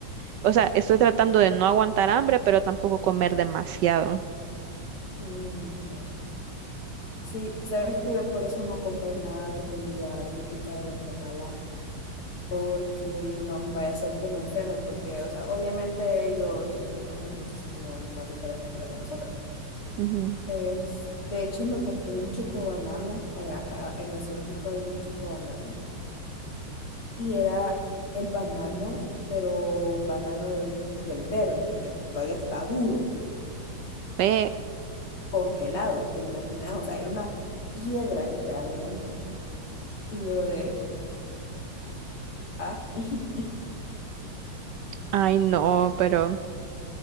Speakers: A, on the right; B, on the left.
A: O sea, estoy tratando de no aguantar hambre, pero tampoco comer demasiado.
B: Mm, ya. Sí, sabes que yo por eso no compré nada de comida típica de Guatemala, porque yo dije, no, voy a hacer que me enferme, porque, o sea, obviamente ellos comen cosas muchísimo más diferentes que las de nosotros. ¿no?
A: Ujú.
B: Es, de hecho, me compré un chocobanano, allá, a- en el zoológico había un chocobanano, y era el banano, pero banano del, del verde, del que todavía está duro.
A: Eh,
B: congelado, ¿te imaginas? O sea, era una piedra literalmente. Y yo de, ah, <laughs>
A: ay, no, pero